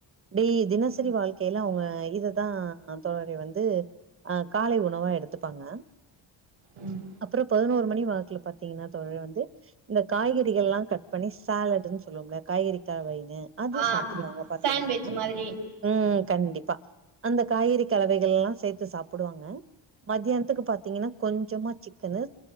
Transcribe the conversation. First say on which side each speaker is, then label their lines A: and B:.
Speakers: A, on the right; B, on the right.
A: ப்படி தினசரி
B: ம்
A: வாழ்க்கையில அவங்க இதுதான் தோழரே வந்து ஆ காலை உணவா எடுத்துப்பாங்க
B: ம்
A: அப்புறம் பதினோரு மணி ல வாக்குல பாத்தீங்கன்னா தோழர வந்து இந்த காய்கறிகள் எல்லா கட் பண்ணி சாலட் சொல்வோம்ல காய்கறி <unintelligible> அது
B: ஆ
A: சாப்டுவாங்க பாத்தீங்கன்னா
B: சாண்ட்விச் மாதிரி
A: ம் கண்டிப்பா அந்த காய்கறி கலவைகள் எல்லா சேத்து சாப்டுவாங்க மத்தியானத்துக்கு பாத்தீங்கன்னா கொஞ்ஜமா சிக்கனு